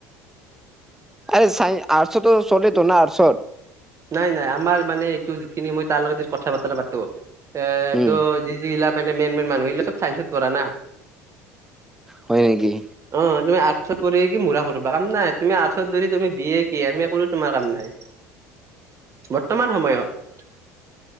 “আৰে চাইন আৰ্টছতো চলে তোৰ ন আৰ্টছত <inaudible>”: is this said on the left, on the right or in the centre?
Centre